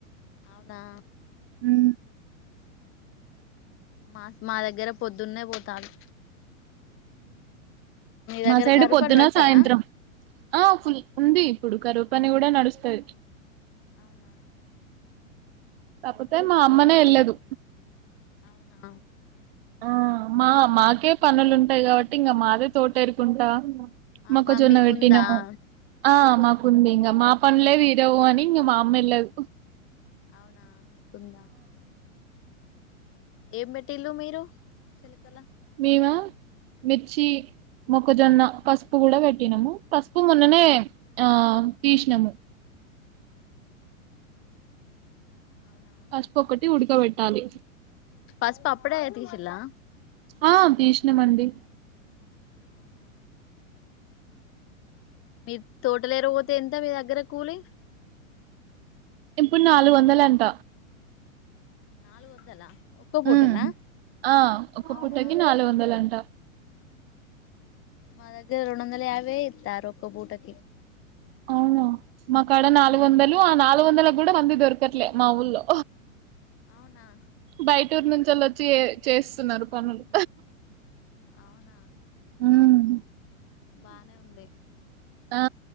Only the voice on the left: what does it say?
అవునా
మాస్ మా దగ్గర పొద్దున్నే పోతాలు
దగ్గర
కరువు
పని పెడతారా
అవునా
అవునా
ఆహా
మీకుందా
ఆహా
అవునా మీకుందా ఏం పెట్టీలు మీరు చిలకల
అవునా
పసుపు అప్పుడే తీసిల్లా
అవునా మీ తోటలేర పోతే ఎంత మీ దగ్గర కూలి
నాలుగు వందలా ఒక్క పూటనా
అవునా
మా దగ్గర రెండోందల యాబాయే ఇత్తారు ఒక్క పూటకి
అవునా
అవునా వామ్మో
బానే ఉంది